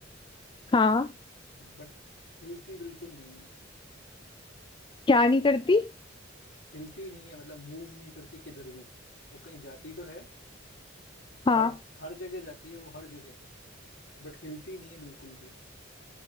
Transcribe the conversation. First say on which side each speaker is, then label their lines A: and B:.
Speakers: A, on the left; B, on the left.
A: हाँ
B: बट हिलती बिल्कुल नहीं है
A: क्या नहीं करती
B: हिलती नहीं है मतलब मूव नहीं करती किधर भी वो कहीं जाती तो है
A: हाँ
B: हर हर जगह जाती है वो हर जगह बट हिलती नहीं है बिल्कुल भी